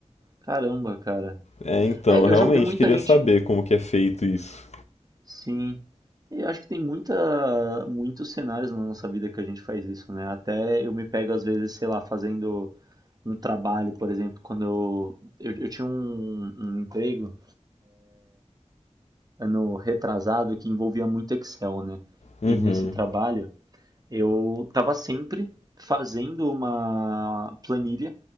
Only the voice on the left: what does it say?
É, então,
eu
realmente
queria
saber como que é feito isso.
Uhum.